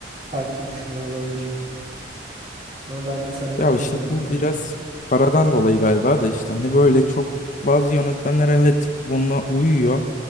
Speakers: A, on the right; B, on the left.
A: farklı düşünüyor olabilir. Ama ben de sana katılıyorum
B: Ya işte bu
A: bu konuda.
B: biraz paradan dolayı galiba da işte hani böyle çok bazı yönetmenler evet buna uyuyor